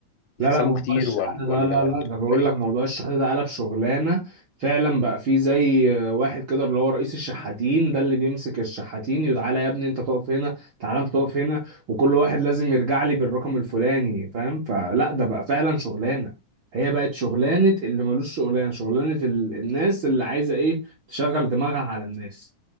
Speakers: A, on the left; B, on the right.
A: بيكسبوا
B: لا لا موضوع
A: كتير
B: الشحاتة
A: ولا
B: ده
A: ولا
B: لا
A: ولا
B: لا ده بقول
A: ولا ايه
B: لك موضوع الشحاتة ده قلب شغلانة فعلا بقى فيه زي واحد كده اللي هو رئيس الشحاتين ده اللي بيمسك الشحاتين يتعالى يا ابني انت تقف هنا تعالى انت تقف هنا وكل واحد لازم يرجع لي بالرقم الفلاني فاهم فلا ده بقى فعلا شغلانة هي بقت شغلانة اللي ملوش شغلانة شغلانة ال- الناس اللي عايزة ايه تشغل دماغها على الناس